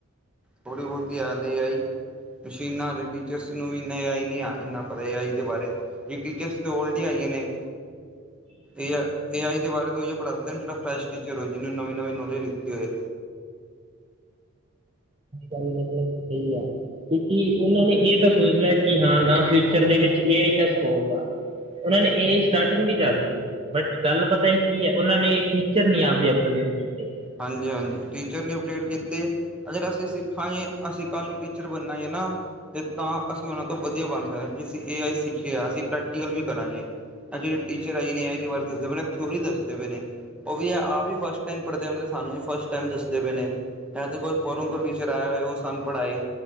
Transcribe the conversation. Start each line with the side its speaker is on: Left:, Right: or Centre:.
Centre: ਥੋੜੀ ਬਹੁਤੀ ਹਲੇ ਏ ਆਈ। ਮਸ਼ੀਨਾਂ ਹਲੇ ਟੀਚਰਸ ਨੂੰ ਵੀ, ਇੰਨਾ ਆ ਹੀ ਨਹੀਆ ਪਤਾ ਏਆਈ ਦੇ ਬਾਰੇ। ਟੀਚਰਸ ਤੇ ਓਲਡ ਹੀ ਆਈਆਂ ਨੇ। ਏ ਏ ਆਈ ਦੇ ਬਾਰੇ ਤੋਂ ਪੜਾ ਸਕਦੇ, ਜਿਹੜਾ ਫਰੈਸ਼ ਟੀਚਰ ਹੋਏ। ਜਿਹਨੇ ਨਵੀ- ਨਵੀ ਨੌਲੇਜ ਲਿਤੀ ਹੋਏ।
Right: ਮਤਲਬ ਸਹੀ ਆ ਕਿਉਕਿ ਉਹਨਾਂ ਨੇ ਇਹ ਤਾਂ ਸੋਚ ਲਿਆ। ਕਿ ਹਾਂ ਨਾ ਫਿਊਚਰ ਦੇ ਵਿਚ ਏ ਆਈ ਦਾ ਸਕੋਪ ਹੈ। ਉਹਨਾਂ
Centre: ਹਾਂਜੀ
Right: ਨੇ ਇਹ ਸਟਾਰਟਿੰਗ ਵੀ ਕਰਤੀ ਬਟ ਗੱਲ ਪਤਾ ਹੈ। ਕੀ ਹੈ। ਉਹਨਾਂ ਨੇ ਟੀਚਰ ਨੀ ਆਪ ਦੇ ਅਪ ਡੇਟ ਕੀਤੇ।
Centre: ਹਾਂਜੀ- ਹਾਂਜੀ ਟੀਚਰ ਨੀ ਅਪਡੇਟ ਕੀਤੇ। ਅਗਰ ਅਸੀ ਸਿੱਖਾਂਗੇ। ਅਸੀ ਕਲ ਨੂੰ ਟੀਚਰ ਬਣਨਾ ਏ ਨਾ। ਤੇ ਤਾਂ ਅਸੀ ਉਹਨਾਂ ਤੋਂ ਵਧੀਆ ਬਣ ਸਕਦੇ ਹਾਂ। ਕਿ ਅਸੀਂ ਏ ਆਈ ਸਿੱਖੀਏ, ਅਸੀ ਪ੍ਰੈਕਟੀਕਲ ਵੀ ਕਰਾਂਗੇ। ਅੱਜ ਜਿਹੜੇ ਟੀਚਰ ਆਈ ਨੇ ਇਹਦੇ ਬਾਰੇ ਦੱਸਦੇ ਪਏ ਨੇ, ਥਿਊਰੀ ਦੱਸਦੇ ਪਏ ਨੇ। ਉਹ ਵੀ, ਆਪ ਹੀ ਫਸਟ ਟਾਈਮ ਪੜਦੇ ਹੰਦੇ ਸਾਨੂੰ ਹੀ ਫਸਟ ਟਾਈਮ ਦੱਸਦੇ ਪਏ ਨੇ, ਐ ਤਾਂ ਕੋਈ ਫੋਰਨ ਤੋਂ ਟੀਚਰ ਆਇਆ ਹੋਏ, ਉਹ ਸਾੰਨ ਪੜ੍ਹਾਏ